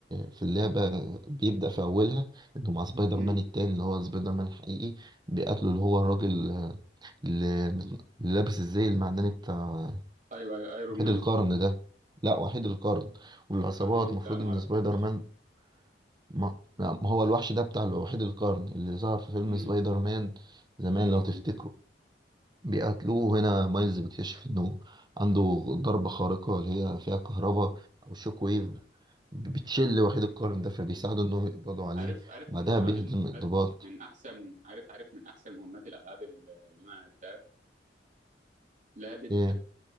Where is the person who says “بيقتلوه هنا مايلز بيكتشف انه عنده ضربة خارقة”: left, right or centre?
Right